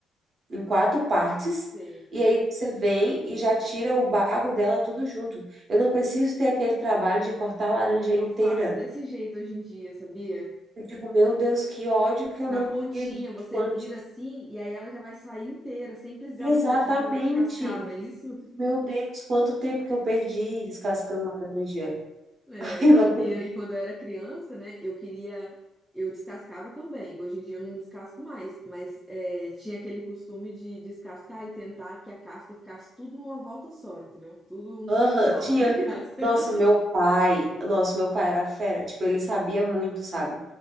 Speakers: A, on the right (about 35°); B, in the centre.
A: em quatro partes.
B: Sei.
A: E aí você vem e já tira o bago dela tudo junto. Eu não preciso ter aquele trabalho de cortar a laranja
B: Eu
A: inteira.
B: faço desse jeito hoje em dia, sabia?
A: Eu digo, meu Deus, que ódio que eu
B: Na
A: não
B: pontinha
A: via disso
B: você
A: antes.
B: vira assim e aí ela já vai sair inteira, sem precisar
A: Exatamente.
B: você, tipo, descascar, não é isso?
A: Meu Deus, quanto tempo que eu perdi descascando laranja.
B: É,
A: <laughs> Ai,
B: não,
A: eu não acredito.
B: e aí quando eu era criança, né, eu queria. Eu descascava também. Hoje em dia eu não descasco mais, mas é, tinha aquele costume de descascar e tentar que a casca ficasse tudo numa volta só, entendeu? Tudo um
A: Aham,
B: fio só
A: tinha.
B: de casca. <laughs>
A: Nossa, meu pai. Nossa, meu pai era fera. Tipo, ele sabia muito, sabe?